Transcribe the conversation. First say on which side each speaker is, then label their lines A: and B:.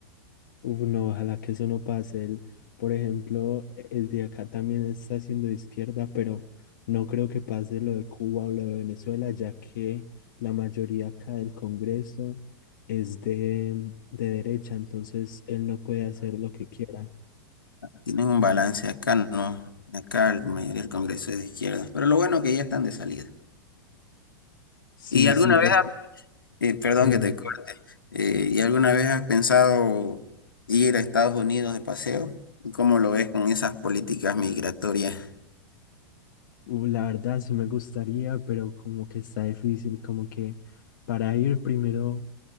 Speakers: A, on the left; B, on the left.
A: uf, no, ojalá que eso no pase. El- por ejemplo, el de acá también está siendo de izquierda, pero no creo que pase lo de Cuba o lo de Venezuela, ya que la mayoría acá del Congreso es de, de derecha, entonces él no puede hacer lo que quiera.
B: Tienen un balance, acá no, acá la mayoría del Congreso es de izquierda, pero lo bueno que ya están de salida.
A: Sí,
B: ¿Y alguna
A: sí, por-
B: vez, ha- eh, perdón
A: Dime,
B: que te corte, eh, ¿y alguna vez has pensado ir a Estados Unidos de paseo? ¿Cómo lo ves con esas políticas migratorias?
A: Uh, la verdad sí me gustaría, pero como que está difícil, como que para ir primero